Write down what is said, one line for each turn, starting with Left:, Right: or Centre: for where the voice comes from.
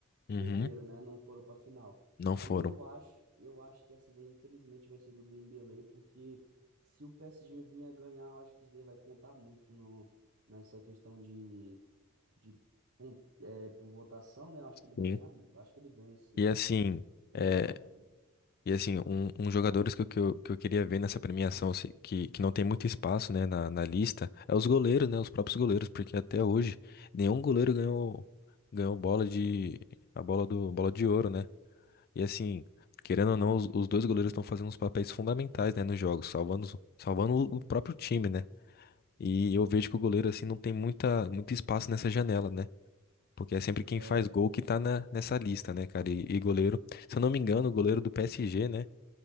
Left: Uhum,
Right: Perderam, né? Não foram para final.
Left: não
Right: Aí
Left: foram.
Right: eu acho, eu acho que essa daí infelizmente vai ser do Dembélé, porque se o PSG vir a ganhar, eu acho que isso daí vai contar muito no, nessa questão de, de pon- é, por votação, né? Eu acho que ele
Left: Sim.
Right: vai ganhar, eu acho que ele ganha sim,
Left: E assim,
Right: eu acho que vai ser o Dembélé
Left: é,
Right: ou o Rafinha.
Left: e assim, um, um jogadores que, eu- que, eu, que eu queria ver nessa premiação, assim, que, que não tem muito espaço, né, na, na lista, é os goleiros, né, os próprios goleiros, porque até hoje nenhum goleiro ganhou, ganhou bola de, a bola do, bola de ouro, né? E assim, querendo ou não, os, os dois goleiros estão fazendo uns papéis fundamentais, né, nos jogos, salvando, os- salvando o o próprio time, né? E eu vejo que o goleiro, assim, não tem muita, muito espaço nessa janela, né? Porque é sempre quem
Right: É,
Left: faz gol que tá na, nessa lista, né, cara? E, e goleiro, se eu não me engano, o goleiro do PSG, né?